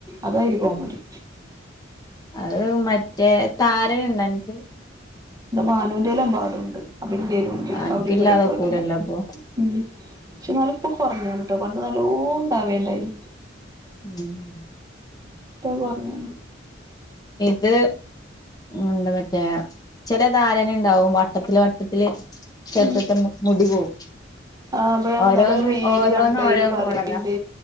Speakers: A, on the right; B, on the left.
A: അതായില് കോമഡി
B: അത് മറ്റേ താര ഉണ്ട ക്ക
A: ഇന്താ മാനുവിന്റെ എല്ലാം പാടുണ്ട് അന്റെരുും ഉണ്ട്
B: അൻക്കില്ലാതാക്കൂലല്ലോ
A: അവിടെ ഇവിടെൊക്കെ വര ഉ
B: അപ്പൊ
A: പക്ഷപ്പോ കുറഞ്ഞ ട്ടോ കണ്ട നാലോ ആ വേണ്ടായിന്ന്
B: ഉം
A: ഇപ്പ പറഞ്ഞാണ്
B: ഇത് എന്താ മറ്റേ ചില ധാരണ ഉണ്ടാവും വട്ടത്തില് വട്ടത്തില് ചെലത്തത്തെ
A: ഉ
B: മുടി പോവും
A: ആ അപ്പ എന്നാലും
B: ഓരോന്ന്
A: റീല്
B: ഓരോന്ന്
A: കണ്ട
B: ഓരോ
A: അതില് പറയണ്ട്
B: മോഡലാ